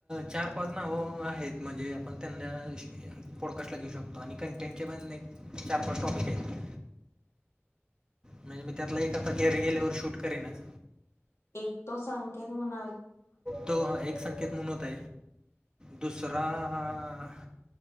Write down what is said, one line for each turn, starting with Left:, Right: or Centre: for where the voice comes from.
Right: चार पाच नाव आहेत म्हणजे आपण त्यांना <unintelligible> पडो कसला घेऊ शकतो आणि कंटेंटचे पण एक चार पाच टॉपिक आहेत. म्हणजे मी त्यातला एखादा घरी गेल्यावर शूट करीनच.
Left: एक तो संकेत म्हणू आहे.
Right: तो हा एक संकेत म्हणु होता, दुसरा आ आ